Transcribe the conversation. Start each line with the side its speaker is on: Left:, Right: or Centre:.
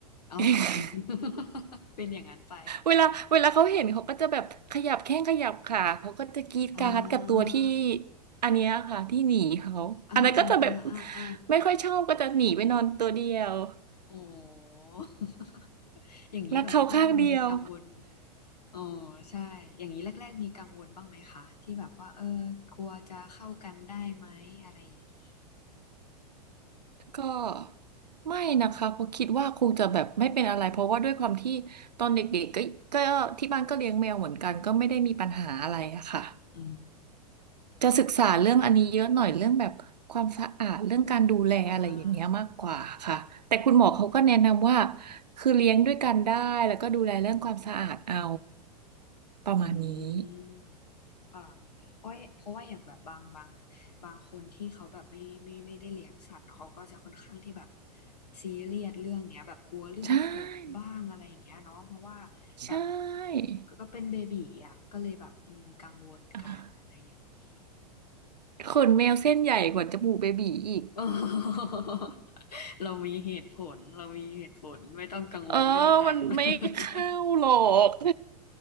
Left: อ๋อ
Right: <laughs>
Left: <laughs> เป็นอย่างนั้นไป
Right: เวลา เวลาเขาเห็นเขาก็จะแบบขยับแข้งขยับขาเขาก็จะกรี๊ดกราร์ดกับตัวที่
Left: อ่า
Right: อันเนี้ยค่ะที่หนีเขาอันนั้นก็จะแบบ
Left: อ่าอ่าอ่าอ่าอ่า
Right: ไม่ค่อยชอบก็จะหนีไปนอนตัวเดียว
Left: โอ้ <laughs> อย่างนี้แบบแรกๆมีกังวล
Right: รักเขาข้างเดียว
Left: โอ้ใช่อย่างนี้แรกๆมีกังวลบ้างไหมคะที่แบบว่าเออกลัวจะเข้ากันได้ไหมอะไรอย่างนี้
Right: ก็ไม่นะคะเพราะคิดว่าคงจะแบบไม่เป็นอะไรเพราะว่าด้วยความที่ตอนเด็กๆก็ก็ที่บ้านก็เลี้ยงแมวเหมือนกันก็ไม่ได้มีปัญหาอะไรอะค่ะ
Left: อืม
Right: จะศึกษาเรื่องอันนี้เยอะหน่อยเรื่องแบบความสะอาดเรื่องการดูแลอะไรอย่างเงี้ยมากกว่าค่ะแต่คุณหมอเขาก็แนะนำว่า
Left: อ่า
Right: คือเลี้ยงด้วยกันได้แล้วก็ดูแลเรื่องความสะอาดเอาประมาณนี้
Left: อืมค่ะเพราะเพราะว่าอย่างแบบบางบางบางคนที่เขาแบบไม่ไม่ไม่ได้เลี้ยงสัตว์เขาก็จะค่อนข้างที่แบบซีเรียสเรื่องเนี้ยแบบกลัวเรื่องขนบ้างอะไรอย่างเงี้ยเนาะเพราะว่า
Right: ใช่ใช่
Left: แบบก็ก็เป็นเบบีอ่ะก็เลยแบบอืมกังวลกันอะไรอย่างนี้
Right: อ่ะ
Left: ค่ะ
Right: ขนแมวเส้นใหญ่กว่าจมูกเบบีอีก
Left: <laughs> โอ้ <laughs> เรามีเหตุผลเรามีเหตุผลไม่ต้องกังวลเรื่องนั้น
Right: เออมันไม่เข้าหรอก
Left: <laughs>
Right: <laughs>